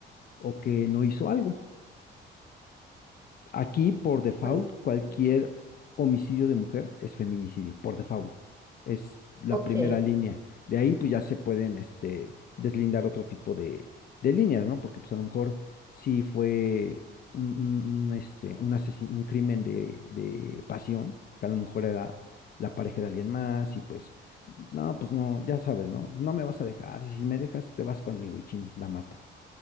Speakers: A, on the left; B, on the right.
A: o que no hizo algo. Aquí, por default,
B: Pues
A: cualquier
B: sí,
A: homicidio de mujer es feminicidio, por default. Es la
B: ok,
A: primera línea. De ahí, pues ya se pueden, este, deslindar otro tipo de, de líneas, ¿no? Porque, pues a lo mejor sí fue un, un- un, este, un asesin- un crimen de, de pasión, que a lo mejor era la pareja de alguien más y pues, no, pues no, ya sabes, ¿no? No me vas a dejar, si me dejas, te vas conmigo y chin, la matan.